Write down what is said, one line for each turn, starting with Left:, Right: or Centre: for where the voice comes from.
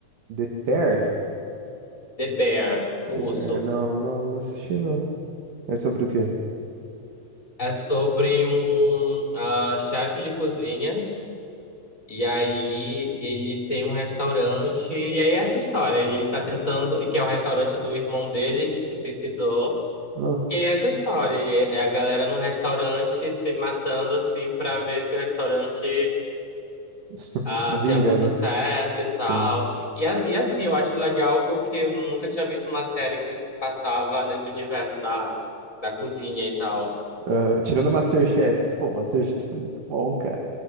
Right: The Bear?
Left: The Bear, o
Right: The Bear,
Left: urso.
Right: não, não, não assisti, não. É sobre o quê?
Left: É sobre um ah, chefe de cozinha. E aí ele tem um restaurante. E aí é essa história. Ele tá tentando. e Que é o restaurante do irmão dele que se suicidou.
Right: Nossa,
Left: E aí é essa história. E é a galera no restaurante se matando assim pra ver se o restaurante.
Right: <laughs>
Left: ah,
Right: vinga,
Left: tem algum sucesso
Right: né?
Left: e tal.
Right: Sim.
Left: E, a- e assim, eu acho legal porque eu nunca tinha visto uma série que se passava nesse universo da, da cozinha e tal.
Right: Ah, tirando Masterchef, que, pô, Masterchef é muito bom, cara.